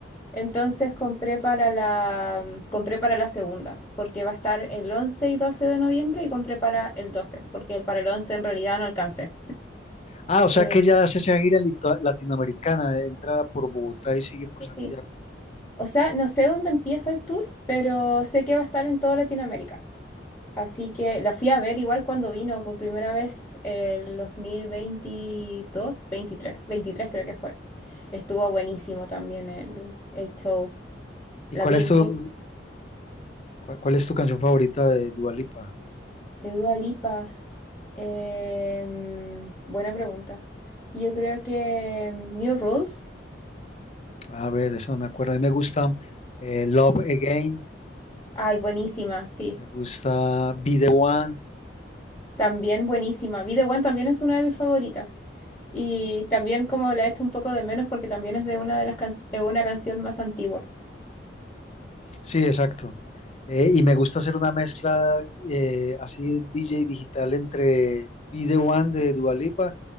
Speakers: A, on the left (about 20°); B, on the left (about 35°).
A: Entonces compré para la, mm, compré para la segunda, porque va a estar el 11 y 12 de noviembre y compré para el 12 porque el- para el 11 en realidad no alcancé.
B: Ah, o sea
A: Eh,
B: que ya hace esa gira lito- latinoamericana, entra por Bogotá y sigue
A: sí,
B: por Santiago.
A: sí. O sea, no sé dónde empieza el tour, pero sé que va a estar en toda Latinoamérica. Así que la fui a ver igual cuando vino por primera vez el 2022, 23, 23 creo que fue. Estuvo buenísimo también el, el show.
B: ¿Y
A: La
B: cuál
A: vi
B: es
A: muy...
B: tu, cuál, cuál es tu canción favorita de Dua Lipa?
A: De Dua Lipa. em, buena pregunta. Yo creo que em, New Rules.
B: A ver, de eso no me acuerdo. A mí me gusta eh, Love Again,
A: Ay, buenísima, sí.
B: Me gusta Be The One.
A: También buenísima. be the One también es una de mis favoritas. Y también como la he hecho un poco de menos porque también es de una de las can- eh, una canción más antigua.
B: Sí, exacto. Eh, y me gusta hacer una mezcla eh, así DJ digital entre Be The One de Dua Lipa